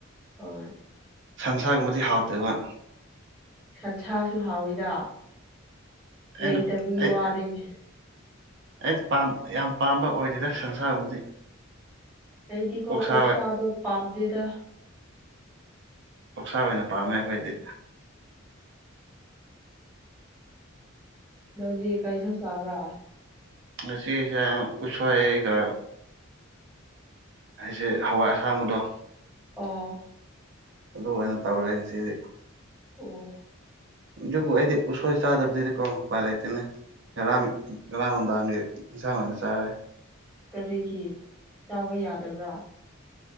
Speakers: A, in the centre; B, on the right (about 60°).
A: ꯍꯣꯏ
B: ꯁꯟꯁꯥꯒꯨꯝꯕꯗꯤ ꯍꯥꯎꯇꯦꯕ
A: ꯁꯟꯁꯥꯁꯨ ꯍꯥꯎꯋꯤꯗ ꯂꯩꯇꯕꯒꯤ
B: ꯑꯩꯅ ꯑꯩ
A: ꯋꯥꯅꯤ
B: ꯑꯩꯗꯤ ꯄꯥꯝ ꯌꯥꯝ ꯄꯥꯝꯕ ꯑꯣꯏꯗꯦꯗ ꯁꯟꯁꯥꯒꯨꯝꯕꯗꯤ
A: ꯑꯩꯗꯤꯀꯣ
B: ꯑꯣꯛꯁꯥ
A: ꯑꯣꯛꯁꯥꯗꯣ ꯄꯥꯝꯗꯦꯗ
B: ꯑꯣꯛꯁꯥ ꯑꯣꯏꯅ ꯄꯥꯝꯃꯦ ꯑꯈꯣꯏꯗꯤ
A: ꯅꯪꯗꯤ ꯀꯩ ꯏꯟꯁꯥꯡ ꯆꯥꯕ꯭ꯔꯥ
B: ꯉꯁꯤꯁꯦ ꯎꯁꯣꯢꯒ ꯑꯩꯁꯦ ꯍꯋꯥꯏ ꯑꯁꯥꯡꯕꯗꯣ
A: ꯑꯣ
B: ꯑꯗꯨ ꯑꯣꯏꯅ ꯇꯧꯔꯦ ꯉꯁꯤꯗꯤ
A: ꯑꯣ
B: ꯑꯗꯨꯕꯨ ꯑꯩꯗꯤ ꯎꯁꯣꯏ ꯆꯥꯗꯕꯅꯤꯅ ꯀꯣ ꯎꯄꯥꯏ ꯂꯩꯇꯦꯅꯦ ꯉꯔꯥꯡ ꯉꯔꯥꯡ ꯅꯨꯡꯗꯥꯡꯒꯤ ꯏꯟꯁꯥꯡ ꯑꯣꯏꯅ ꯆꯥꯔꯦ
A: ꯀꯔꯤꯒꯤ ꯆꯥꯕ ꯌꯥꯗꯕ꯭ꯔꯥ